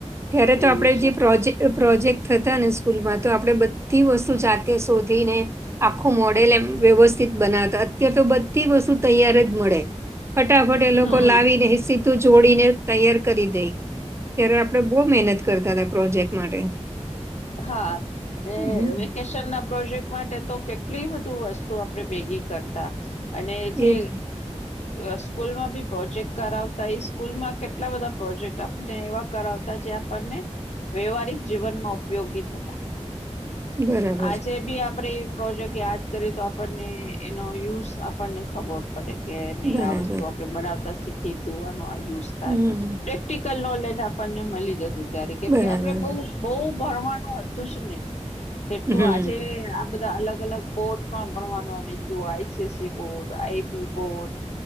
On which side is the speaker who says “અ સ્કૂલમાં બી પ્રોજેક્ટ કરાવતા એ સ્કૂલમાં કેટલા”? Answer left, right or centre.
Left